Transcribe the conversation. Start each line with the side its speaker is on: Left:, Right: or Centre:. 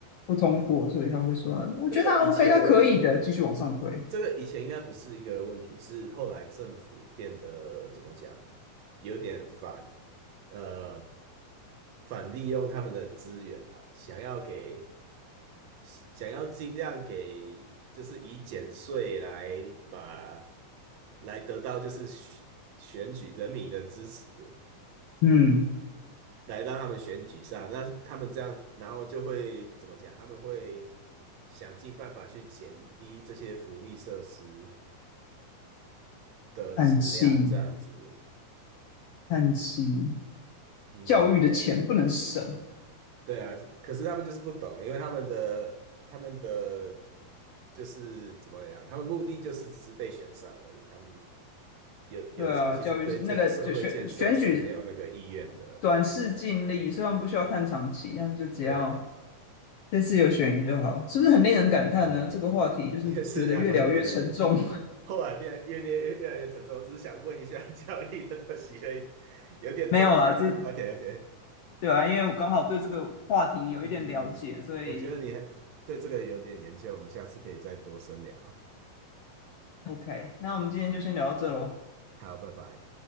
Left: 不通过，所以他会说，我觉得他
Right: 这个以前
Left: OK，他可以的，继续往上推。
Right: 这个以前应该不是一个问题，是后来政府变得怎么讲，有点反呃反利用他们的资源啊，想要给想要尽量给，就是以减税来把来得到就是选选举人民的支持，
Left: 嗯，
Right: 来让他们选举上。那他们这样，然后就会怎么讲？他们会想尽办法去减低这些福利设施的质量，
Left: 叹气，
Right: 这样子。
Left: 叹气，
Right: 嗯，
Left: 教育的钱不能省。
Right: 对啊，可是他们就是不懂，因为他们的他们的就是怎么样，他们目的就是只是被选上而已。他们有有的时候其实对真社会建设是没有那个意愿的。
Left: 对啊，教育那个就选选举短视近利，所以他们不需要看长期，他们就只要
Right: 对啊，
Left: 这次有选赢就好，是不是很令人感叹呢？
Right: 嗯嗯，
Left: 这个话题就是觉得越聊越沉重。
Right: 也是还蛮有那个。后来变越变越越来越沉重，我只是想问一下 <laughs> 教育的东西而
Left: <laughs>
Right: 有点终极。
Left: 没有啦，
Right: <laughs>
Left: 这
Right: OK OK，
Left: 对啊，因为我刚好对这个话题有一点了解，
Right: 嗯嗯嗯，
Left: 所以
Right: 我觉得你还对这个有点研究，我们下次可以再多深聊。
Left: OK，那我们今天就先聊到这喽。
Right: 好，拜拜。